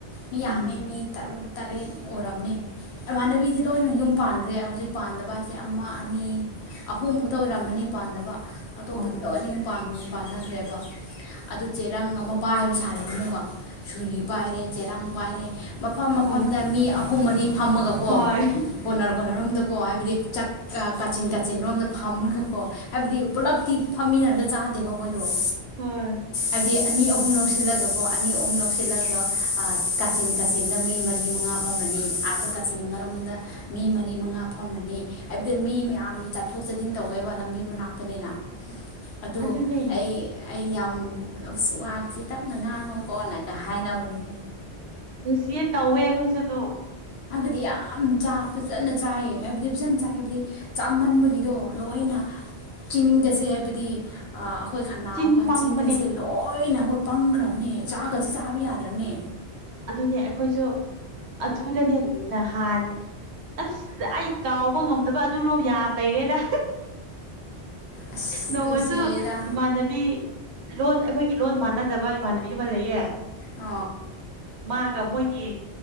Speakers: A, on the left (about 75°); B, on the right (about 75°).
A: ꯃꯤ
B: ꯎꯝ
A: ꯌꯥꯝꯃꯦ ꯃꯤ ꯇꯔꯨꯛ ꯇꯔꯦꯠ ꯑꯣꯏꯔꯝꯅꯦ ꯏꯃꯥꯟꯅꯕꯤꯁꯦ ꯂꯣꯏꯅ ꯌꯨꯝ ꯄꯥꯟꯈ꯭ꯔꯦ ꯍꯧꯖꯤꯛ ꯄꯥꯟꯗꯕ ꯍꯥꯏꯁꯦ ꯑꯃ ꯑꯅꯤ ꯑꯍꯣꯡꯕꯛꯇ ꯑꯣꯏꯔꯝꯃꯅꯤ ꯄꯥꯟꯗꯅꯕ ꯑꯇꯣꯞꯄꯗꯤ
B: ꯑꯣ
A: ꯂꯣꯏꯅ ꯄꯥꯟꯅꯈ꯭ꯔꯦꯕ ꯑꯗꯨ ꯆꯦꯔꯪ ꯑꯃ ꯄꯥꯏ ꯍꯥꯏꯕ ꯁꯥꯔꯅꯤꯅꯀꯣ ꯁꯨꯔꯤ
B: ꯎꯝ
A: ꯄꯥꯏꯔꯦ ꯆꯦꯔꯪ ꯄꯥꯏꯔꯦ ꯃꯐꯝ ꯃꯐꯝꯗ
B: ꯍꯣꯏ
A: ꯃꯤ ꯑꯍꯨꯝ ꯃꯔꯤ ꯐꯝꯃꯒꯀꯣ
B: ꯍꯣꯏ
A: ꯀꯣꯟꯅꯔ ꯈꯣꯅꯔꯣꯝꯗꯀꯣ ꯍꯥꯏꯕꯗꯤ ꯆꯥꯛ ꯀꯥꯆꯤꯟ ꯀꯤꯟ ꯆꯦꯂꯣꯝꯗ ꯐꯝꯃꯔꯒꯀꯣ ꯍꯥꯏꯕꯗꯤ ꯄꯨꯂꯞꯇꯤ ꯐꯝꯃꯤꯟꯅꯔꯒ ꯆꯥꯗꯦꯕ ꯑꯩꯈꯣꯏ
B: ꯍꯣꯏ
A: ꯑꯗꯨꯗꯤ ꯑꯅꯤ ꯑꯍꯨꯝ ꯂꯧꯁꯤꯜꯂꯒꯀꯣ ꯑꯅꯤ ꯑꯍꯨꯝ ꯂꯧꯁꯤꯜꯂꯒ ꯀꯥꯆꯤꯟ ꯀꯥꯆꯤꯟ ꯃꯤ ꯃꯔꯤ ꯃꯉꯥ ꯐꯝꯃꯅꯤ ꯑꯥꯗ ꯀꯥꯆꯤꯟ ꯃꯔꯣꯝꯗ ꯃꯤ ꯃꯔꯤ ꯃꯉꯥ ꯐꯝꯃꯅꯤ ꯍꯥꯏꯕꯗꯤ ꯃꯤ ꯃꯌꯥꯝ ꯆꯠꯊꯣꯛ ꯆꯠꯁꯤꯟ ꯇꯧꯋꯦꯕ ꯂꯝꯕꯤ ꯃꯅꯥꯛꯇꯅꯤꯅ ꯑꯗꯨ
B: ꯑꯗꯨꯅꯦ
A: ꯑꯩ ꯑꯩ ꯌꯥꯝ ꯋꯥꯒꯁꯤ ꯇꯞꯅ ꯉꯥꯡꯉꯨꯀꯣꯅꯒ ꯍꯥꯏꯅꯕꯅꯤꯍ
B: ꯅꯨꯡꯁꯤꯌꯦ ꯇꯧꯋꯦ ꯑꯩꯈꯣꯏꯁꯨꯗꯣ
A: ꯍꯥꯏꯕꯗꯤ ꯌꯥꯝ ꯆ ꯐꯖꯅ ꯆꯥꯏꯌꯦ ꯍꯥꯏꯕꯗꯤ ꯐꯖꯅ ꯆꯥꯏ ꯍꯥꯏꯕꯗꯤ ꯆꯥꯃꯟꯕꯒꯤꯗꯣ ꯂꯣꯏꯅ ꯆꯤꯟꯒꯁꯦ ꯍꯥꯏꯕꯗꯤ ꯑꯩꯈꯣꯏ ꯈꯅꯥꯎꯒ
B: ꯆꯤꯟ ꯄꯪꯕꯅꯦ
A: ꯆꯤꯟꯒꯁꯦ ꯂꯣꯏꯅ ꯑꯩꯈꯣꯏ ꯄꯪꯈ꯭ꯔꯕꯅꯦ ꯆꯥꯒꯁꯦ ꯆꯥꯕ ꯌꯥꯗ꯭ꯔꯕꯅꯦ
B: ꯑꯗꯨꯅꯦ ꯑꯩꯈꯣꯏꯁꯨ ꯑꯗꯨꯗꯅꯦ ꯅꯍꯥꯟ ꯑꯁ ꯑꯩ ꯀꯥꯎꯕ ꯉꯝꯗꯕ ꯑꯗꯨꯔꯣꯝ ꯌꯥꯝ ꯂꯩꯔꯦꯗ
A: ꯑꯁ
B: ꯅꯣꯡꯃꯁꯨ
A: ꯅꯨꯡꯁꯤꯌꯦꯗ
B: ꯏꯃꯥꯟꯅꯕꯤ ꯂꯣꯟ ꯑꯩꯈꯣꯏꯒꯤ ꯂꯣꯟ ꯃꯥꯟꯅꯗꯕ ꯏꯃꯥꯟꯅꯕꯤ ꯑꯃ ꯂꯩꯌꯦ
A: ꯑ
B: ꯃꯥꯒ ꯃꯣꯏꯒꯤ